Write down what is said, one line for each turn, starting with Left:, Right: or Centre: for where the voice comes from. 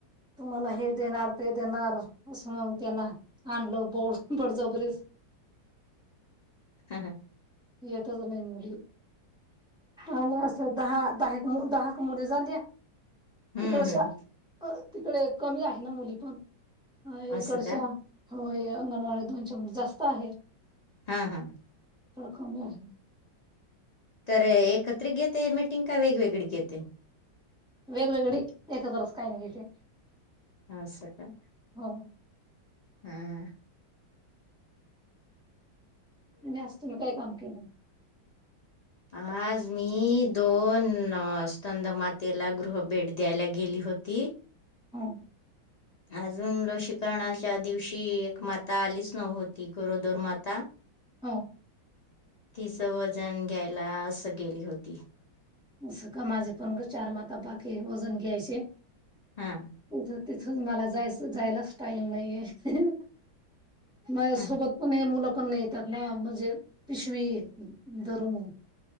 Centre: तुम्हाला हे देणार ते देणार असं म त्यांना आणलं बोड बळजबरी
Left: ह
Centre: याताच नाही मुली आणि असं दहा दहा दहा मुडी झाली आहे
Left: हम्म
Centre: तिकड श
Left: हम्म
Centre: तिकडे कमी आहे ना मुली पण अ
Left: असं
Centre: एकडच्या
Left: का?
Centre: हो अंगणवाडी दोनशेपेक्षा जास्त आहेत
Left: हम हम
Centre: कमी आहे
Left: तर एक कत्री घेते मिेटिंग का वेगवेगळी घेते
Centre: वेगवेगळी एकत्रच का नाही घेत है?
Left: असं का?
Centre: हां
Left: हां
Centre: गॅस तुम्ही काय काम केलं?
Left: आज मी दोन स्कं स्कंद मातेला गृह भेट द्यायला गेली होती.
Centre: हां
Left: अजून लो करणाच्या दिवशी एक मात त आलीच नव्हती गरोदर माता.
Centre: हो
Left: तिच वजन घ्यायला असं गेली होती
Centre: असं का माझे पण चार माता बाकीे वजन घ्यायचे. <inaudible>
Left: हां
Centre: तिथ तिथच मला जायच जायलाच टाईम नाहीये. माझ
Left: हा
Centre: सोबत पण हे मुलं पण येतात ना म्हणजे पिशवी धरून.